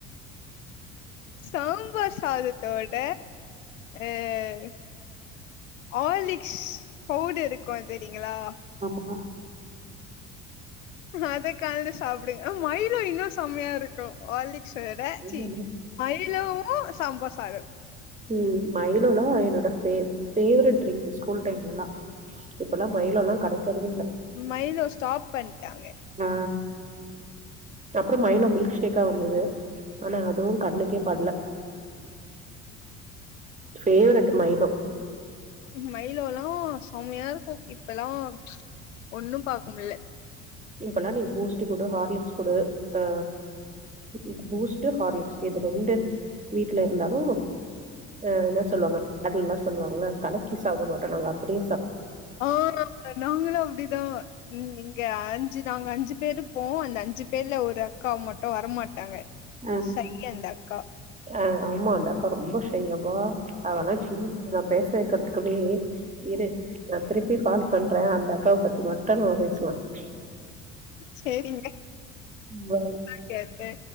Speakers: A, on the left; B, on the right.
A: சாம்பாஸ் சாதத்தோட ஆ ஆர்லிக்ஸ் பவ்டுருக்கு தெரிங்களா
B: ஆமா
A: அத கலந்து சாப்டுங்க மய்லோ இன்னு செமையா இருக் கு ஹார்லிக்ஸ் விட
B: என்னன்னா
A: சி ‌மைலோ உம் சாம்பார் சாதோ
B: ம் மைலோலா என்னோட பே பேவ்ரட் டரிங்க் ஸ்கூல் டைம்லலா இப்பலா மைலோலா கடைக்கறதே இல்ல
A: மைலோ ஸ்டாப் பண் ட்டாங்க
B: ஆ அப்றோ மைலோ மில்க் ஷேக்கா வந்தது ஆனா அதுவு கண்ணுக்கே பட்ல பேவ்ரட் மைலோ
A: மய்லோலாம் செம்மையா இருக்கும் இப்பலாம் ஒண்ணும் பாக்க முடில
B: இப்பலா நீ பூஸ்டு குடு ஹார்லிக்ஸ் குடு அ இது பூஸ்டு ஹார்லிக்ஸ் இது ரெண்டு வீட்ல இருந்தாலும் அ என்ன சொல்லுவாங்க அது சொல்லுவாங்கள கலக்கி சாப்ட மாட்டோம் நாங்க அப்டி
A: ஆ நாங்களும் அப்டிதான் ம் இங்க அஞ்சு நாங்க அஞ்சு பேரு போம் அந்த அஞ்சு பேர்ல ஒரு அக்கா மட்டும் வரமாட்டாங்க
B: ஆ
A: சை அந்த அக்கா
B: ஆ ஆமா அந்த அக்கா ரொம்ப ஷை அவா அதனா சும் நா பேசே கத்துக்கணே இரு நா திருப்பி கால் பண்றேன் அந்த அக்காவ பத்தி மட்டும் நம்ம பேஸ்லாம்
A: சேரிங்க
B: பேசலாம்.
A: Okay okay